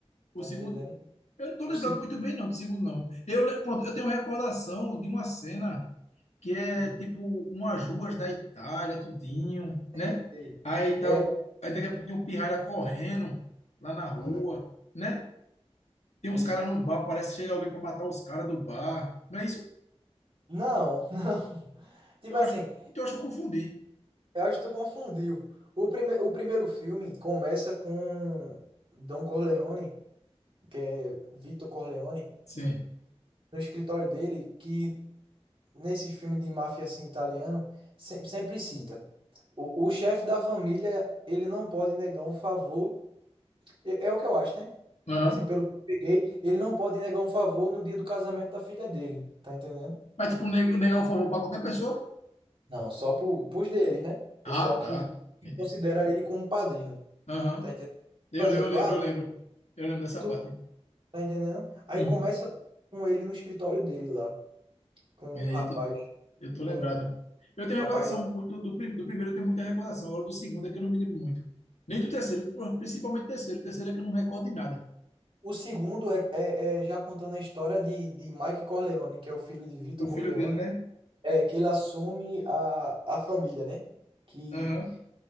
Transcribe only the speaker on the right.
tá
entendendo?
O segundo.
Hum,
sei, sei.
É,
uhum,
é
isso.
Não, <laughs> não. Tipo
assim,
eu acho que tu confundiu. O, prime o primeiro filme começa com Don Corleone, que é Vito Corleone,
no escritório dele, que nesse filme de máfia assim, italiano, sempre, sempre cita. O, o chefe da família, ele não pode negar um favor. É, é o que eu acho, né?
Tipo assim, pelo que eu peguei, ele não pode negar um favor no dia do casamento da filha dele. Tá entendendo?
Não, só pro, pros deles, né? O pessoal
que que
considera ele como padrinho.
Tá entendendo?
Por exemplo,
ah,
tu
tá entendendo? Aí
começa com ele no escritório dele lá, com
o rapaz,
com
o
rapaz
lá.
O segundo é, é, é já contando a história de, de Mike Corleone, que é o filho de Vitor
Corleone,
é que ele assume a, a família, né? Que